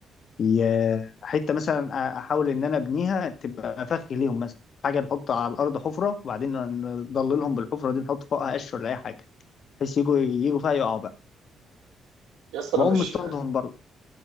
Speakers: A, on the left; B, on the right.
A: ي- حته مثلا أ- احاول ان انا ابنيها تبقى فخ ليهم مثلا حاجه نحط على الارض حفره وبعدين نضللهم بالحفره دي نحط فوقها قش ولا اي حاجه بحيث يجوا يجوا فيها يقعوا بقى
B: يا اسطى
A: واقوم
B: انا مش
A: مصطادهم برضه